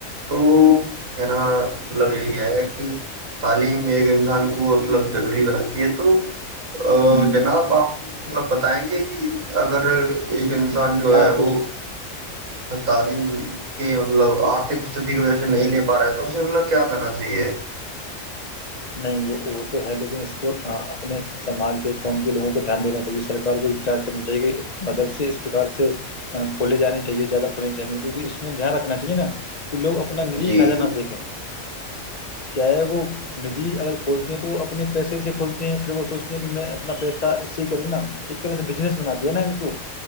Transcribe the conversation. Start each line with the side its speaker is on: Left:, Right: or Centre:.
Right: تو کہنا مطلب یہی ہے کہ تعلیم ایک انسان کو مطلب ضروری بناتی ہے تو
Left: ہ
Right: ا جناب آپ مطلب بتائیں گے کہ اگر ایک انسان
Left: ہ
Right: جو
Left: ہاں
Right: ہے
Left: پوچھیے
Right: وہ تعلیم کے مطلب آرتھک استتی کی وجہ سے نہیں لے پا رہا ہے تو اسے مطلب کیا کرنا چاہیے
Left: نہیں وہ وہ تو ہے لیکن اس کو اپنے سماج کے قوم کے لوگوں کو دھیان دینا چاہیے سر کوئی پریاس کرنا چاہے مدر سے اس پرکار سے کھولے جے چاہےیادہ کھولنے چاہیے جو کہ اس میں دھیان رکھنا چاہیے نا کہ لوگ اپنا نجی ہی
Right: جی
Left: فائدہ نہ دیکھیں کیا ہے وہ ن جی اگر کھولتے ہیں تو وہ اپنے پیسے سے کھولتے ہیں پھر وہ سوچتے ہیں کہ میں اپنا پیس اسی کرو نا ایک سے بجنس بناات د ہے نا ان کو